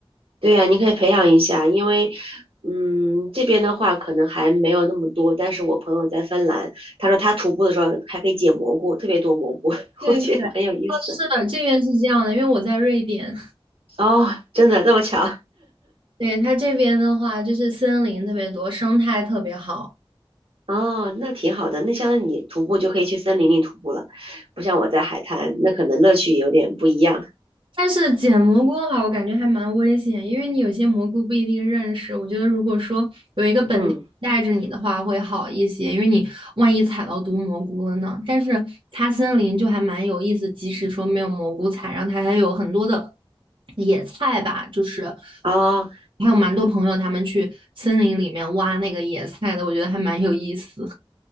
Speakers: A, on the right; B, on the right.
A: 对呀，你可以培养一下，因为，嗯，这边的话可能还没有那么多，但是我朋友在芬兰，他说他徒步的时候还可以捡蘑菇，特别多蘑菇，<laughs>
B: 对对，
A: 我觉得很有意思。
B: 啊，是的，这边是这样的，因为我在瑞典。
A: 哦，真的这么巧？
B: 对，它这边的话，就是森林特别多，生态特别好。
A: 哦，那挺好的。那像你徒步就可以去森林里徒步了，不像我在海滩，那可能乐趣有点不一样。
B: 但是捡蘑菇的话，我感觉还蛮危险，因为你有些蘑菇不一定认识。我觉得如果说有一个本地人带着你的话，
A: 嗯，
B: 会好一些，因为你万一踩到毒蘑菇了呢。但是它森林就还蛮有意思，即使说没有蘑菇采，然后它还有很多的野菜吧，就是
A: 哦，
B: 还有蛮多朋友他们去森林里面挖那个野菜的，我觉得还蛮有意思。